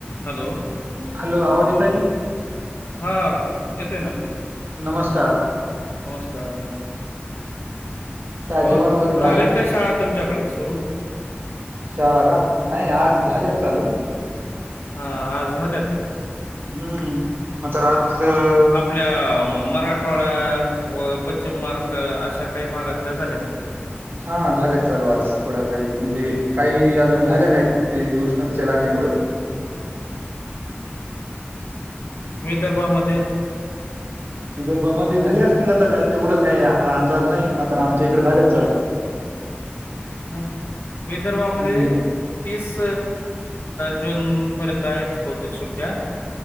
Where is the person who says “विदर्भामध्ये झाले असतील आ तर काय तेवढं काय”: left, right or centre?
Right